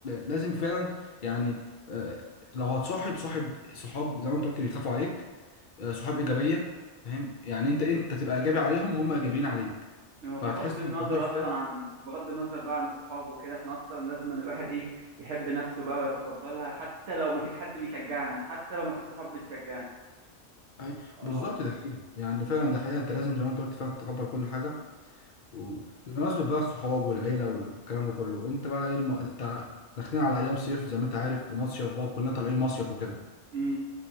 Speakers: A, on the left; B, on the right.
A: لازم فعلا يعني آه، لو هتصاحب صاحب صحاب زي ما انت قلت بيخافوا عليك آه، صحاب ايجابية فاهم يعني انت انت تبقى ايجابي عليهم وهم ايجابيين عليك
B: آه، بغض
A: فهتحس
B: النظر
A: ان الموضوع فاهم
B: اصلا عن بغض النظر بقى عن الصحاب وكده احنا اصلا لازم أن الواحد ايه يحب نفسه بقى ويتقبلها حتى لو مفيش حد بيشجعنا حتى لو مفيش صحاب بتشجعنا
A: أي- بالظبط
B: اه
A: دي حقيقة يعني فعلا ده حقيقة انت لازم زي ما انت قلت فعلا تتقبل كل حاجة وبمناسبة بقى الصحاب والعيلة والكلام ده كله انت بقى ايه الم... انت داخلين على ايام صيف زي ما انت عارف ومصيف بقى وكلنا طالعين مصيف وكده
B: امم